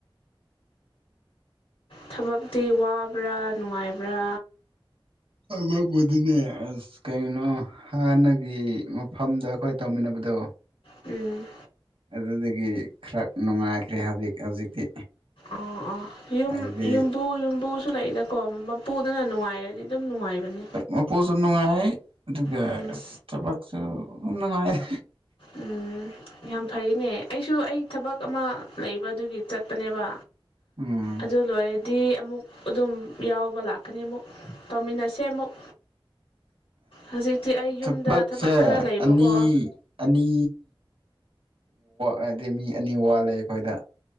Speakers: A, on the left; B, on the right.
A: ꯊꯕꯛꯇꯤ ꯋꯥꯕ꯭ꯔꯥ ꯅꯨꯡꯉꯥꯏꯕ꯭ꯔꯥ꯫
B: <unintelligible> ꯅꯦ ꯑꯁ ꯀꯩꯅꯣ ꯍꯥꯟꯅꯒꯤ ꯃꯐꯝꯗ ꯑꯈꯣꯏ ꯇꯧꯃꯤꯟꯅꯕꯗꯣ꯫
A: ꯎꯝ
B: ꯑꯗꯨꯗꯨꯒꯤ ꯈꯔ ꯅꯨꯡꯉꯥꯏꯈ꯭ꯔꯦ ꯍꯧꯖꯤꯛ ꯍꯧꯖꯤꯛꯇꯤ꯫
A: ꯑ ꯑꯥ ꯌꯨꯝ
B: ꯍꯥꯏꯗꯤ
A: ꯌꯨꯝꯕꯨ ꯌꯨꯝꯕꯨꯁꯨ ꯂꯩꯏꯗꯀꯣ ꯃꯄꯨꯗꯨꯅ ꯅꯨꯡꯉꯥꯏꯔꯗꯤ ꯑꯗꯨꯝ ꯅꯨꯡꯉꯥꯏꯕꯅꯦ꯫
B: ꯃꯄꯣꯁꯨ ꯅꯨꯡꯉꯥꯏ ꯑꯗꯨꯒ
A: ꯎꯝ
B: ꯑꯁ ꯊꯕꯛꯁꯨ ꯅꯨꯡꯉꯥꯏꯌꯦ꯫
A: ꯎꯝ ꯌꯥꯝ ꯐꯩꯅꯦ ꯑꯩꯁꯨ ꯑꯩ ꯊꯕꯛ ꯑꯃ ꯂꯩꯕ ꯑꯗꯨꯒꯤ ꯆꯠꯄꯅꯦꯕ
B: ꯎꯝ
A: ꯑꯗꯨ ꯂꯣꯏ ꯗꯤ ꯑꯃꯨꯛ ꯑꯗꯨꯝ ꯌꯥꯎꯕ ꯂꯥꯛꯀꯅꯤ ꯑꯃꯨꯛ ꯇꯧꯃꯤꯟꯅꯁꯦ ꯑꯃꯨꯛ ꯍꯧꯖꯤꯛꯇꯤ ꯑꯩ
B: ꯊꯕꯛꯁꯦ
A: ꯌꯨꯝꯗ ꯊꯕꯛ ꯈꯔ ꯂꯩꯕꯀꯣ
B: ꯑꯅꯤ ꯑꯅꯤ ꯍꯥꯏꯗꯤ ꯃꯤ ꯑꯅꯤ ꯋꯥꯠꯂꯦ ꯑꯩꯈꯣꯏꯗ